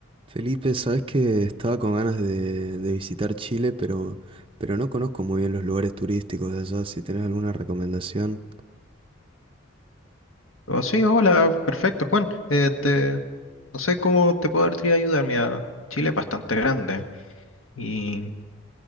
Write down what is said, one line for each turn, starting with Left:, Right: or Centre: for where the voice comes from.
Right: Felipe, sabes que estaba con ganas de, de visitar Chile, pero, pero no conozco muy bien los lugares turísticos de allá. Si tenés alguna recomendación.
Left: Oh, sí, hola, perfecto, Juan. Eh, te- no sé cómo te podría ayudar. Mira, Chile es bastante grande y,